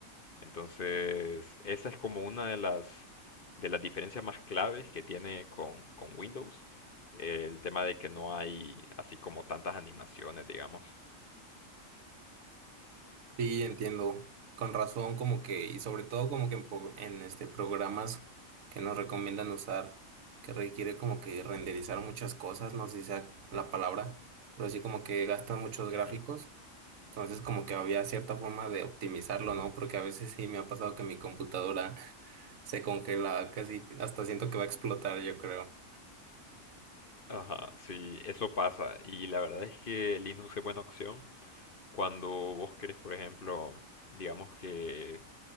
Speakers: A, on the left; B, on the right.
A: Entonces, esa es como una de las, de las diferencias más claves que tiene con, con Windows. El tema de que no hay así como tantas animaciones, digamos.
B: Sí, entiendo, con razón como que, y sobre todo como que en, pro- en, este programas que nos recomiendan usar, que requiere como que renderizar muchas cosas, no sé si sea la palabra, pero sí como que gastan muchos gráficos.
A: Ujú.
B: Entonces, como que había cierta forma de optimizarlo, ¿no? Porque a veces sí me ha pasado que mi computadora <laughs> se congela casi, hasta siento que va a explotar, yo creo.
A: Ajá, sí, eso pasa. Y la verdad es que Linux es buena opción cuando vos querés, por ejemplo, digamos que,